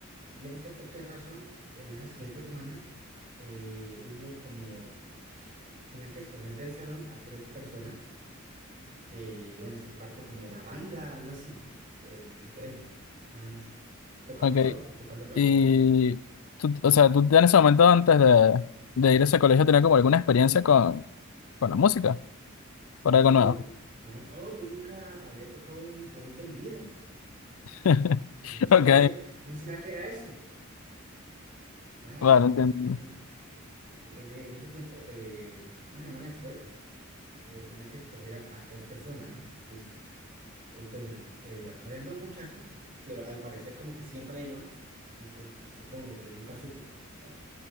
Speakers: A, on the right (about 40°); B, on the left (about 75°).
A: yo no sé por qué razón, en la siguiente semana eh, hubo como, tenía que escoger del salón a tres personas que iban a ser parte como de la banda, algo así, del, del colegio, una vaina así. Tocando
B: Ok,
A: flauta, tocando flauta,
B: y
A: obviamente.
B: tú, o sea, tú en ese momento antes de, de ir a ese colegio tenías como alguna experiencia con, con la música,
A: No,
B: por algo nuevo.
A: yo, no, no, no, yo nunca había tocado un instrumento en mi vida.
B: <laughs>
A: Yo no sabía
B: Ok,
A: que, yo no sabía que era eso. Nada.
B: vale, entiendo.
A: Entonces, bueno, en, en ese tiempo, eh, una semana después, eh, tenía que escoger a, a tres personas, ¿no? Listo. Entonces, eh, habían dos muchachas que, que al parecer como que siempre iban, no sé, que supongo porque nunca supe. <laughs>